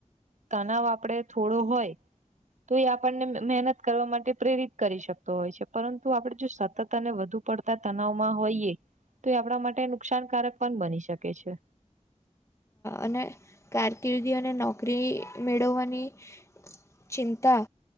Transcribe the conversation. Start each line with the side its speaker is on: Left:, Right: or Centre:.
Right: તનાવ આપડે થોડો હોય તો એ આપણને મહેનત કરવા માટે પ્રેરિત કરી શકતો હોય છે પરંતુ આપણે જો સતત અને વધુ પડતા તનાવમાં હોઈએ તો એ આપણા માટે નુકસાનકારક પણ બની શકે છે.
Left: અને કારકિર્દી અને નોકરી મેળવવાની ચિંતા